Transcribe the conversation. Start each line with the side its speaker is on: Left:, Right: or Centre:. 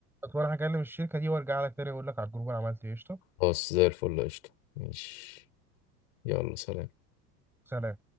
Centre: وانا هكلم الشركه دي وارجع لك تاني اقول لك على الجروب انا عملت ايه قشطه
Left: خلاص زي الفل قشطة ماشي يلا سلام
Centre: سلام